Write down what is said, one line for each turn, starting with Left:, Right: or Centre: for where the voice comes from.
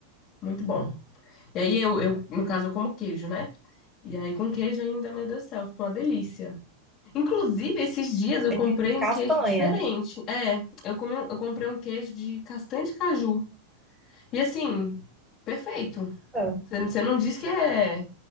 Left: Muito bom. E aí eu, eu, no caso, eu como queijo, né? E aí com queijo ainda, meu Deus do céu, fica uma delícia. Inclusive, esses dias eu
Centre: Tem
Left: comprei
Centre: que de castanha.
Left: um queijo diferente. É, eu comi, um- eu comprei um queijo de castanha de caju. E assim, perfeito.
Centre: Ah,
Left: Você você não diz que é